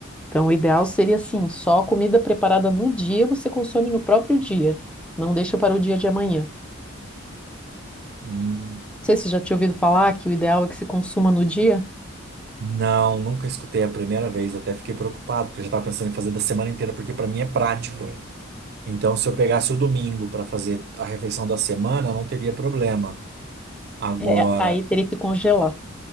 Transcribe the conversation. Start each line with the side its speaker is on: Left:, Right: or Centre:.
Centre: Então, o ideal seria assim, só comida preparada no dia você consome no próprio dia. Não deixa para o dia de amanhã. Não
Right: Hum,
Centre: sei se você já tinha ouvido falar que o ideal é que se consuma no dia.
Right: Não, nunca escutei a primeira vez, até fiquei preocupado, porque eu já estava pensando em fazer da semana inteira, porque para mim é prático. Então, se eu pegasse o domingo para fazer a refeição da semana, não teria problema. Agora,
Centre: É, aí teria que congelar.